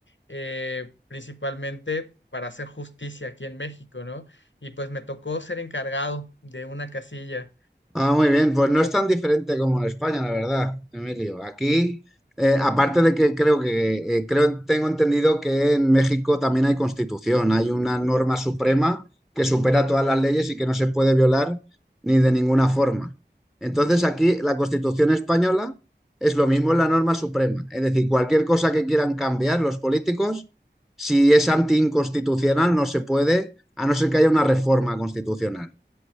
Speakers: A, on the left; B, in the centre.
A: eh, principalmente para hacer justicia aquí en México, ¿no? Y pues me tocó ser encargado de una casilla.
B: Ah, muy bien, pues
A: Entonces,
B: no es tan diferente como en España, la verdad, Emilio. Aquí, eh, aparte de que creo que eh, creo tengo entendido que en México también hay constitución, hay una norma suprema que supera todas las leyes y que no se puede violar ni de ninguna forma. Entonces aquí
A: eh,
B: la Constitución española es lo mismo, es la norma suprema. Es decir, cualquier cosa que quieran cambiar los políticos, si es antiinconstitucional, no se puede, a no ser que haya una reforma constitucional.